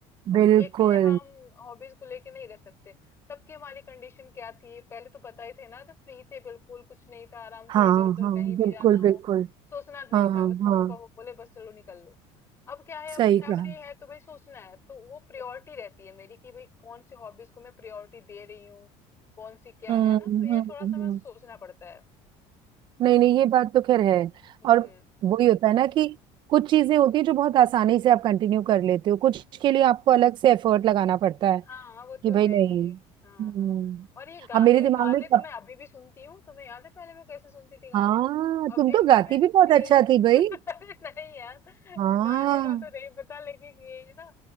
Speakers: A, on the left; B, on the right.
A: अब
B: बिल्कुल
A: एक ही हम हॉबीज को लेके नहीं रह सकते तब की हमारी कंडीशन क्या थी पहले तो पता ही थे ना तो फ्री थे बिल्कुल कुछ नहीं था आराम
B: हाँ
A: से इधर उधर
B: हाँ
A: कहीं भी
B: बिल्कुल
A: जाना
B: बिल्कुल
A: हो सोचना नहीं
B: हाँ
A: था बस मम्मा
B: हाँ
A: पापा बोले बस चलो निकल लो अब क्या है अब
B: सही
A: फैमिली
B: कहा
A: है तो भाई सोचना है तो वो प्रायोरिटी रहती है मेरी कि भाई कौन सी हॉबीज को मैं प्रायोरिटी दे रही हूँ कौन सी क्या
B: हम्म
A: है ना तो ये
B: हम्म
A: थोड़ा
B: हम्म।
A: सा मैं सोचना पड़ता है
B: नहीं नहीं ये बात तो खैर है
A: हम्म
B: और वही होता है ना कि कुछ चीजें होती है जो बहुत आसानी से आप कंटिन्यू कर लेते हो कुछ के लिए आपको अलग से एफर्ट लगाना पड़ता है
A: हाँ वो
B: कि
A: तो
B: भाई
A: है
B: नहीं
A: ही हाँ
B: हम्म
A: हाँ और ये गाने
B: अब मेरे दिमाग
A: गाने
B: में
A: तो
B: कब
A: मैं अभी भी सुनती हूँ तुम्हें याद है पहले मैं कैसे सुनती थी गाने
B: हाँ
A: अभी
B: तुम तो
A: भी
B: गाती
A: मैं
B: भी बहुत
A: से
B: अच्छा
A: <laughs>
B: थी भाई
A: अरे नहीं यार
B: हाँ
A: गाने का तो नहीं पता लेकिन ये है ना